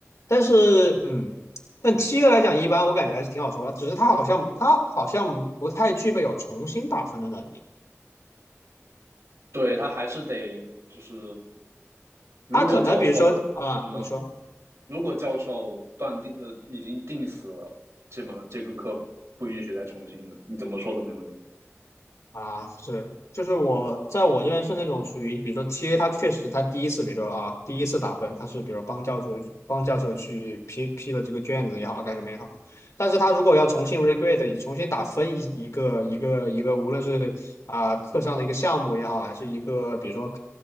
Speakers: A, on the left; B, on the right.
A: 但是嗯，但七月来讲，一般我感觉还是挺好说话。只是他好像他好像不太具备有重新打分的能力。
B: 对他还是得就是，如果教授嗯呢。
A: 他可能比如说啊，你说。
B: 如果教授断定呃已经定死了，这门这个课不允许再重新的，你怎么说都没有用。
A: 啊，是，就是我在我这边是那种属于，比如说 TA，他确实他第一次，比如说啊，第一次打分，他是比如说帮教授帮教授去批批了这个卷子也好，干什么也好，但是他如果要重新 regrade，重新打分一一个一个一个，无论是啊课上的一个项目也好，还是一个比如说